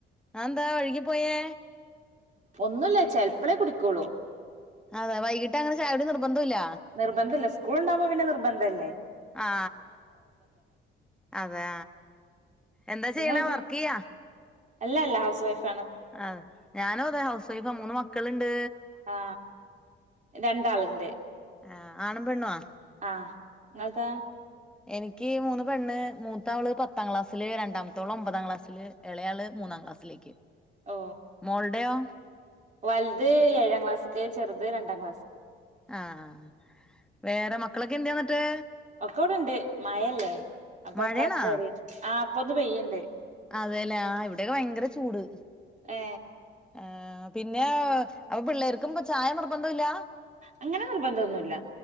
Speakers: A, in the centre; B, on the right (about 40°).
A: ആതെന്താ വൈകിപ്പോയേ
B: ഒന്നുല്ല ചിലപ്പളേ കുടിക്കോളൂ.
A: അതെ വൈകിട്ട് അങ്ങനെ ചായ കുടി നിർബന്ധം ഇല്ല.
B: നിർബന്ധല്ല. സ്കൂൾ ഉണ്ടകുമ്പോ പിന്നെ നിർന്ധല്ലേ
A: ആ അതെ എന്താ ചെയ്യണ
B: നിങ്ങൾ
A: വർക്ക് ചെയ്യാ
B: അല്ല അല്ല ഹൗസ് വൈഫ്.
A: ആ ഞാനും അതെ ഹൗസ് വൈഫാ മൂന്ന് മക്കളുണ്ട്.
B: ആ രണ്ടാളിണ്ട്.
A: ആ ആണും പെണ്ണും ആ
B: ആ ങ്ങൾതാ
A: എനിക്ക് മൂന്ന് പെണ്ണ്, മൂത്താവള് പത്താം ക്ലാസ്സില് രണ്ടാമത്താവള് ഒമ്പതാം ക്ലാസില് ഇളയാള് മൂന്നാം ക്ലാസ്സിലേക്ക്.
B: ഓ
A: മോൾടെയോ?
B: വലുത് ഏഴാം ക്ലാസിക്ക് ചെറുത് രണ്ടാം ക്ലാസ്ക്.
A: ആ ആഹ് വേറെ, മക്കളൊക്കെ എന്ത് ന്നിട്ട്
B: ഒക്കെ ഇവിടെണ്ട് മയല്ലേ അപ്പൊക്കെ
A: മഴേണാ
B: അകത്ത് കേറിന് ആ പ്പൊന്ന് പെയ്യുണ്ട്.
A: അതെല്ലേ ആ ഇവിടെയൊക്കെ ഭയങ്കര ചൂട്.
B: ഏ
A: ആ പിന്നെ അപ്പൊ പിള്ളേർക്കും ചായ നിർബന്ധംല്ല.
B: അങ്ങനെ നിർബന്ധൊന്നുല്ല